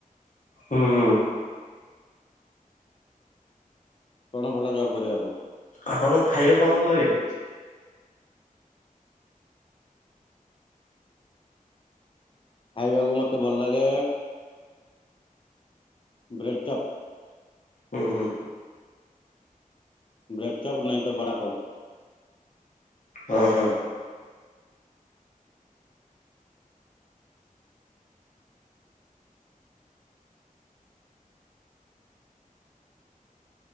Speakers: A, on the left (about 60°); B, on the left (about 35°).
A: ହୁଁ ହୁଁ।
B: କଣ ଭଲ ଜବ୍ କରିବେ ଆପ
A: ଆପଣଙ୍କୁ ଖାଇବାକୁ କଣ ଭଲ ଲାଗେ?
B: ଖାଇବାକୁ ମତେ ଭଲ ଲାଗେ ବ୍ରେଡ ଚପ।
A: ହୁଁ ହୁଁ।
B: ବ୍ରେଡ ଚପ୍ ନାହିଁ ତ ବଡା ପାଉ।
A: ହଁ ହଁ।